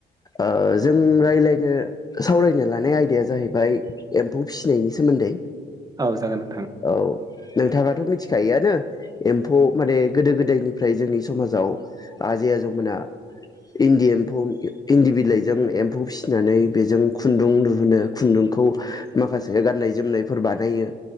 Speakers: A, on the left (about 20°); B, on the right (about 20°).
A: ओ जों रायज्लायनो सावरायनो लानाय आयदाया जाहैबाय एम्फौ फिसिनायनि सोमोन्दै।
B: औ जागोन नोंथां।
A: औ नोंथाङाथ' मिथिखायोआनो एम्फौ माने गोदो गोदायनिफ्राय जोंनि समाजाव आजै आजौमोना इन्दि एम्फौ इन्दि बिलाइजों एम्फौ फिसिनानै बेजों खुन्दुं दिुहुनो खुन्दुंखौ माखासे गाननाय जोमनायफोर बानायो।